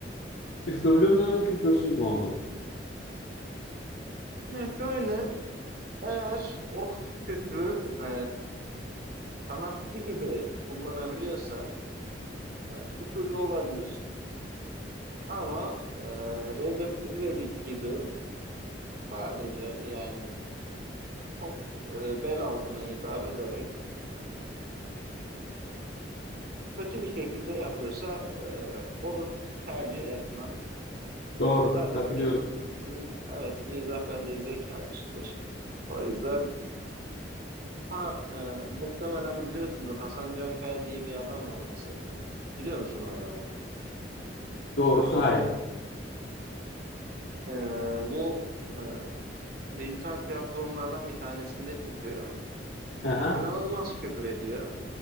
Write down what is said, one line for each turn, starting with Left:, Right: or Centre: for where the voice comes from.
Left: küfürlü mü küfürsüz mü olmalı?
Right: Yani şöyle eğer o küfrü e, sanatçı gibi kullanabiliyorsa e, küfürlü olabilir ama e, Recep İvedik gibi sadece yani çok e, bel altına hitap ederek kötü bir şekilde yapıyorsa e, onu tercih etmem.
Left: Doğru
Right: Zaten
Left: katılıyorum.
Right: miz evet mizah bence zeka işidir. O yüzden ha e, muhtemelen biliyorsundur Hasan Cankaya diye bir adam var mesela. Biliyor musun o adamı?
Left: Doğrusu hayır.
Right: E, bu e, dijital platformlardan bir tanesinde çıkıyor.
Left: Aha.
Right: İnanılmaz küfür ediyor.